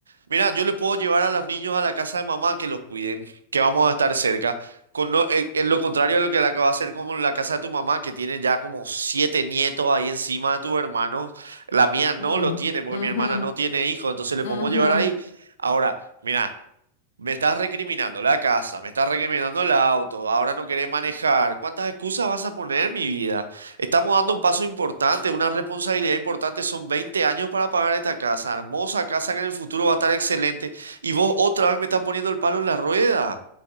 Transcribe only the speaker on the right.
Mira, yo le puedo llevar a los niños a la casa de mamá que los cuiden, que vamos a estar cerca. Con lo- en, en lo contrario a lo que le acaba de hacer con la casa de tu mamá, que tiene ya como siete nietos ahí encima de tus hermanos. La mía no
lo tiene, porque
mi hermana no tiene hijos, entonces le podemos
llevar ahí. Ahora, mira. Me estás recriminando la casa, me estás recriminando el auto, ahora no querés manejar. ¿Cuántas excusas vas a poner, mi vida? Estamos dando un paso importante, una responsabilidad importante. Son 20 años para pagar esta casa, hermosa casa que en el futuro va a estar excelente. Y vos otra vez me estás poniendo el palo en la rueda.